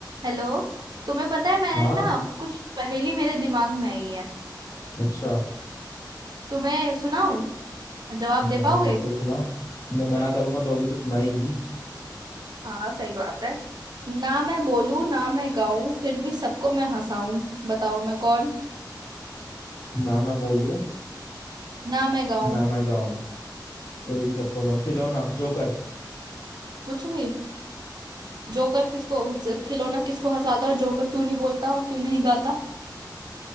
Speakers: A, on the right; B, on the left.
A: Hello तुम्हें पता है मैंने
B: हाँ
A: ना कुछ पहेली मेरे दिमाग में आई है
B: अच्छा
A: तुम्हें सुनाऊं जवाब दे
B: यार
A: पाओगे
B: बिल्कुल सुना मैं मना करूंगा तो भी तू सुनाएगी
A: हाँ सही बात है ना मैं बोलूं ना मैं गाऊं फिर भी सबको मैं हंसाऊं बताओ मैं कौन
B: ना मैं बोलूं
A: ना मैं गाऊं
B: ना मैं गाऊं फिर भी सबको बताऊं खिलौना जोकर
A: कुछ भी जोकर किसको ज- खिलौना किसको हंसाता और जोकर क्यों नहीं बोलता और क्यों नहीं गाता